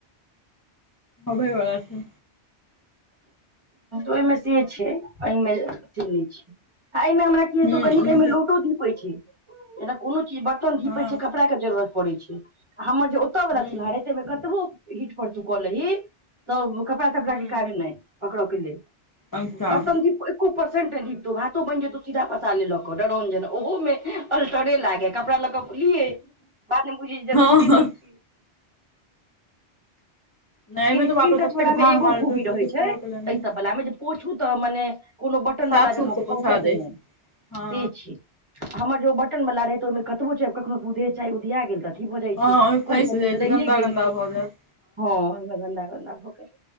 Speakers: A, on the left (about 25°); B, on the right (about 25°).
A: अबै वला छै
B: ओहिमे से छै एहिमे से नय छै आ एहिमे हमरा कि हैतो
A: हूँ
B: कनि क
A: ओना
B: ऐ मे लोटो धीपे छै एना कोनो चीज बर्तन धीपे
A: हँ
B: छै कपड़ा के जरूरत पड़ै छै आ हमर जे ओतय वाला
A: हूँ
B: चूल्हा रहै तेइ मे कतबो हिट पर तू कऽ ली ही तब कपड़ा तपड़ा
A: हूँ
B: के काज नय पकड़ऽ के लेल
A: अच्छा
B: बर्तन धी एको परसेन्ट नय डिपतौ भातो बैन जेतौ सीधा पसारे लऽ कऽ डउन जेना ओहोमे अल्टरे लागै कपड़ा लऽ कऽ ऊ लिए बाद मे बुझी जरूरते
A: हँ
B: नय छै
A: नहि
B: लेकिन
A: मे तऽ
B: स्क्रीन
A: बाप रे
B: टच
A: ततेक
B: वला
A: धाह
B: मे एगो
A: मारैत
B: खूबी रहै
A: किछु
B: छै
A: कहऽ
B: एह
A: के लेल नहि
B: सब वला मे जे पोछू तऽ मने कोनो बटन
A: साफ
B: वाला
A: सूफ
B: जकाँ
A: से
B: फँसत
A: पोछा दै
B: नय
A: छै हँ
B: से छै हमर जो बटन वला रहै तऽ ओहिमे कतबो छै कखनो दूधे चाहे उधिया गेल रह अभि भ जाइ
A: हँ
B: छै
A: ओहिमे फँसि
B: कोर सब मे
A: जाइ
B: तऽ
A: छै
B: रहिए
A: गन्दा
B: गेल
A: गन्दा भऽ जायत
B: हँ ओ गन्दा गन्दा भ गेल